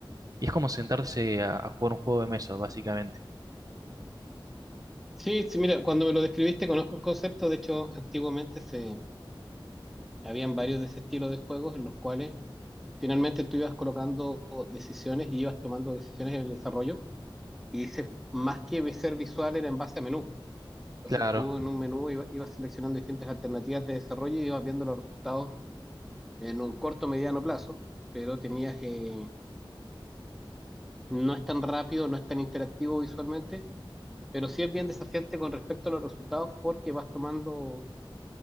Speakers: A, on the right (about 45°); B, in the centre.
A: y es como sentarse a, a jugar un juego de mesa, básicamente.
B: Sí, sí, mira, cuando me lo describiste conozco el concepto, de hecho, antiguamente se habían varios de ese estilo de juegos en los cuales finalmente tú ibas colocando decisiones y ibas tomando decisiones en el desarrollo y ese, más que ser visual era en base a menú. Entonces
A: Claro.
B: tú en un menú iba- ibas seleccionando distintas alternativas de desarrollo y ibas viendo los resultados en un corto, mediano plazo, pero tenías, eh, no es tan rápido, no es tan interactivo visualmente, pero sí es bien desafiante con respecto a los resultados porque vas tomando